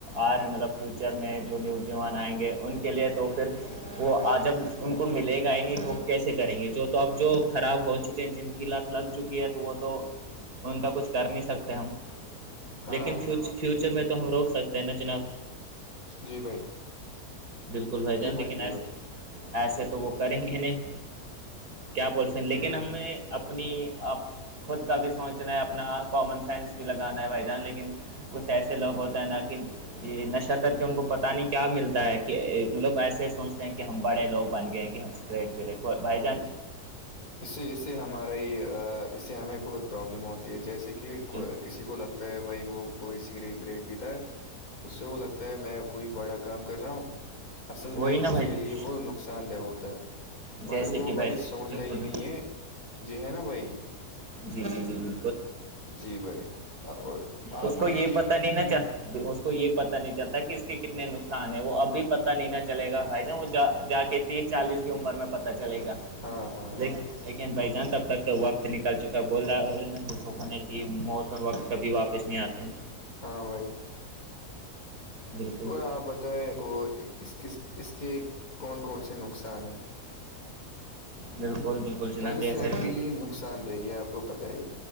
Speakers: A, on the right (about 75°); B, on the left (about 60°).
A: آ رہے مطلب فیوچر میں جو نوجوان آئیں گے ان کے لیے تو پھر وہ آج اب ان کو ملے گا ہی نہیں تو کیسے کریں گے جو تو اب جو خراب ہو چکے ہیں جن کے کی لت لگ چکی ہے تو وہ تو ان کا کچھ کر نہیں سکتے ہم
B: ہاں
A: لیکن فیوچر فیوچر میں تو ہم روک سکتے ہیں نا جناب
B: جی بھائی
A: بالکل بھائی جان
B: جی
A: لیکن
B: جی
A: ایسے
B: بھائی
A: ایسے تو وہ کریں گے نہیں کیا بولتے ہیں لیکن
B: ہ
A: ہمیں اپنی خود کا بھی سوچنا ہے اپنا کامن سینس بھی لگانا ہے بھائی ج لیکن کچھ ایسے لوگ ہوتے ہیں نہ کہ یہ نشہ کر کے ان کو پتہ نہیں کیا ملتا ہے کہ مطلب ایسے سوچتے ہیں کہ ہم بڑے لوگ بن گئے ہیں کہ ہم کرٹ و بائی چانس
B: <inaudible> <inaudible> اس سے اس سے ہماراری اس سے ہمیں بہت پرابلم ہوتی ہے جیسے کہ
A: بالکل
B: کسی کو لگتا تو بھائی وہ کوئی سگریٹ وگریٹ پیتا اس سے وہ لگتا ہے میں کوئی بڑا کام کر رہا ہوں اصل
A: وہی
B: میں
A: نا
B: اس
A: بھائی
B: کے
A: جان
B: لیے وہ نقصان دہ ہوتا ہے مگر
A: جیسے
B: وہ
A: کہ
B: بھائی
A: جان
B: سوچ
A: بالکل
B: نہیں ہے جی ہے نا بھائی
A: جی جی جی جی
B: جی بھائی اور آپ
A: اس
B: مجھے
A: کو یہ پتا نہیں نا چ یہ پتا نہیں چلتا کہ اس کے کتنے نقصان ہیں وہ اب بھی پتا نہیں نہ چلےا بھائی جان وہ جا کے تیس چالیس کی عمر میں پتہ چلے گا
B: ہاں ہاں
A: لیکن لیکن بھائی جان تب تک وقت نکال چکا ہے بول رہا نا بزروگ ہونے کی موت سر وقت کبھی واپس نہیں آتے ہیں
B: ہاں بھائی
A: بالکل
B: اور آپ بتائیں اور اس ک اس کے کون کون سے نقصان ہیں
A: بالکل بالکل جناب
B: ڈرگ
A: جیسا
B: صحت کے
A: کی
B: لیے نقصان دہ یہ آپ کو پتہ ہی